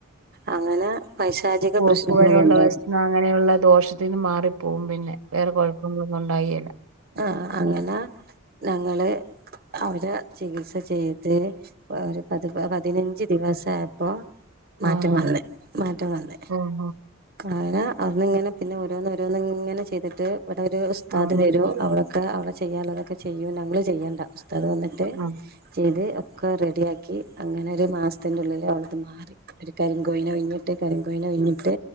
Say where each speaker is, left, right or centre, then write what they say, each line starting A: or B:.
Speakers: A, on the right; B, on the right.
A: അങ്ങനെ പൈശാചിക
B: പോക്കുവരവുള്ള
A: പ്രശ്നങ്ങളുണ്ടോ.
B: ഭക്ഷണം അങ്ങനെയുള്ള ദോഷത്തിന്ന് മാറിപ്പോകും, പിന്നെ വേറെ കുഴപ്പങ്ങളൊന്നും ഉണ്ടാവേല്ല.
A: ആഹ് ആഹ് അങ്ങനെ ഞങ്ങള് അവരെ ചികിത്സ ചെയ്ത് ഒരു പതി പതിനഞ്ച് ദിവസയപ്പോ മാറ്റം
B: ആഹ്
A: വന്ന് മാറ്റം വന്ന്
B: ആഹ്
A: അങ്ങനെ അന്ന് ഇങ്ങനെ പിന്നെ ഓരോന്ന് ഓരോന്ന് ഇങ്ങനെ ചെയ്തിട്ട് ഇവിടെ ഒരു ഉസ്താദ്
B: ആഹ്
A: വരും.
B: ആഹ്
A: അവവിടെൊക്കെ അ അവവിടെ ചെയ്യാനുള്ളതൊക്കെ ചെയ്യും ഞങ്ങള് ചെയ്യേണ്ട ഉസ്താദ് വന്നിട്ട്
B: ആഹ്
A: ചെയ്ത് ഒക്കെ റെഡിയാക്കി അങ്ങനെ ഒരു മാസത്തിന്റെ ഉള്ളിൽ അവനത് മാറി. ഒരു കരിങ്കോഴിനെ ഉഴിഞ്ഞ്. ട്ട് കരങ്കോഴിനെ ഉഴിഞ്ഞിട്ട്